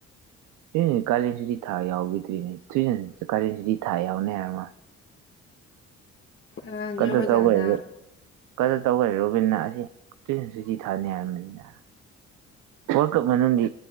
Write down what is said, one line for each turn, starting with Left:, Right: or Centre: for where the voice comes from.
Right: ꯗꯨꯏꯅꯦ ꯀꯥꯂꯦꯟ ꯁꯨꯇꯤ ꯊꯥ ꯌꯥꯎꯒꯤꯗ꯭ꯔꯤꯅꯦ ꯇꯨꯏꯁꯟꯁꯤꯗ ꯀꯥꯂꯦꯟ ꯁꯨꯇꯤ ꯊꯥ ꯌꯥꯎꯅꯦ ꯍꯥꯏꯔꯃ
Left: ꯑ ꯅꯣꯏ
Right: ꯀꯗꯔ
Left: ꯑꯣꯖꯥꯅ
Right: ꯇꯧꯒꯔꯦ ꯔꯣ ꯀꯗꯔ ꯇꯧꯒꯔꯦ ꯔꯣꯕꯤꯟꯅ ꯑꯁꯤ ꯇꯨꯏꯁꯟ ꯁꯨꯇꯤ ꯊꯥꯅꯤ ꯍꯥꯏꯔꯕꯅꯤꯅ ꯋꯥꯔꯜ ꯀꯞ ꯃꯅꯨꯡꯗꯤ